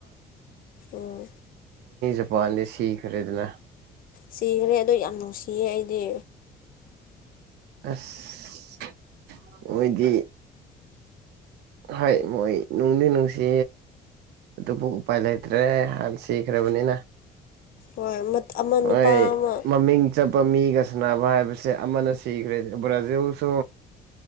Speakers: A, on the left; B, on the right.
A: ꯎꯝ
B: ꯎ ꯄꯥꯟꯗ ꯁꯤ ꯈꯔꯤꯗꯅ
A: ꯁꯤꯈ꯭ꯔꯦ ꯑꯗ ꯌꯥꯝ ꯅꯨꯡꯁꯤꯌꯦ ꯑꯩꯗꯤ
B: ꯑꯁ ꯑꯣꯏꯣꯏꯗꯤ ꯍꯥꯏ ꯃꯣꯏ ꯅꯨꯡꯗꯤ ꯅꯨꯡꯁꯤ ꯑꯗꯨꯕꯨ ꯎꯄꯥꯏ ꯂꯩꯇ꯭ꯔꯦ ꯍꯥꯟꯅ ꯁꯤꯈ꯭ꯔꯕꯅꯤꯅ
A: ꯍꯣꯏ ꯑꯃ
B: ꯍꯣꯏ
A: ꯅꯨꯄꯥ ꯑꯃ
B: ꯃꯃꯤꯡ ꯆꯠꯄ ꯃꯤꯒꯁ ꯅꯥꯅꯕ ꯍꯥꯏꯕꯁꯦ ꯑꯃꯅ ꯁꯤꯈ꯭ꯔꯦ ꯕ꯭ꯔꯥꯖꯤꯜꯁꯨ